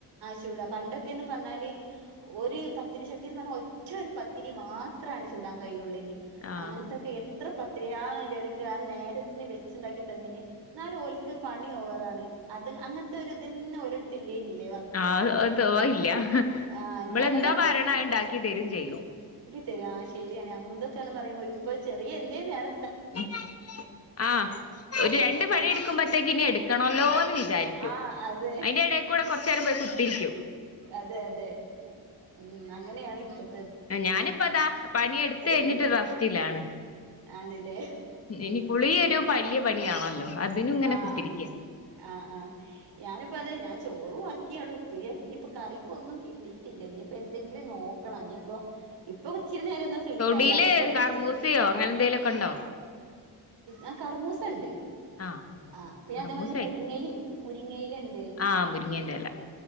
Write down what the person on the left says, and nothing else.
ആഹ്
ആഹ് ഓ തില്ല
ഇമ്മള്
എന്താ പറയണ അത് ഇണ്ടാക്കി തരും ചെയ്യും
ഉം ആ ഒരു രണ്ട് പണി എടുക്കുമ്പോത്തേക്ക് ഇന്നെ എടുക്കണല്ലോന്ന് വിചാ വിചാരിക്കൂ
അതിന്റെ എടക്കൂടെ കുറച്ചേരം പോയി കുത്തിരിക്കും
ഞാനിപ്പ അതാ പണിയെടുത്ത് കഴിഞ്ഞിട്ട്
റസ്റ്റിലാണ്,
എനിക്കുളിയൊരു വലിയ പണിയാണല്ലോ അതിനും ഇങ്ങനെ
കുത്തിരിക്ക
തൊടീല്
കർമൂസയോ അങ്ങനെ എന്തെലു ഒക്കെ ഉണ്ടോ
ആഹ്
കർമൂസായി
ആഹ് മുരിങ്ങേന്റെ എല